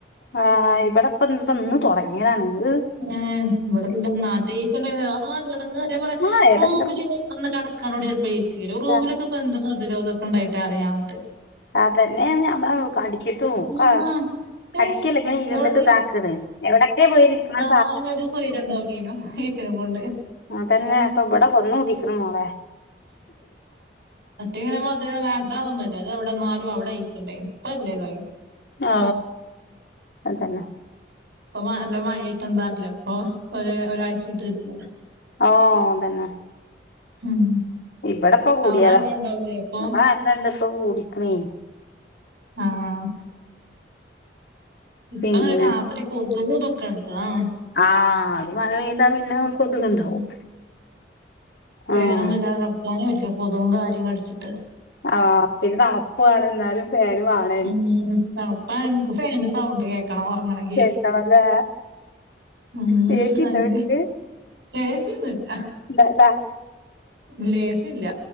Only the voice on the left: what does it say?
ആഹ് ഇവിടെപ്പന്ത്‌ ഇന്ന് തുടങ്ങിയതാണ് ഹ്
ആഹ് എടങ്ങേറ്
ആഹ്
അതന്നെ ഞമ്മള അടിച്ചിട്ട്ക്ക
കടിക്കല
ഇങ്ങനെ ഇരുന്നിട്ട്
താക്കണ് എവിടൊക്കെ പോയിരിക്ണ്
ആഹ് തന്നെ ഇപ്പൊ ഇവിടെ വന്നൂടിക്ണ് മോളെ
ഔ അതന്നെ
ഓഹ് തന്നെ
ഇവിടെപ്പ കൂടിയതാ
<unintelligible> അല്ലണ്ട് പ്പ കൂടിക്ണ്
പിന്നെ
ആഹ് അത് മഴ പെയ്താ പിന്നെ കൊതുകുണ്ടാവും
ആഹ്
ആഹ് പിന്നെ തണുപ്പാണ് എന്നാലും ഫേനു വാണേ
ചേർക്കണല്ലേ
ചേച്ചിണ്ടോ
വീട്ടില്
<unintelligible>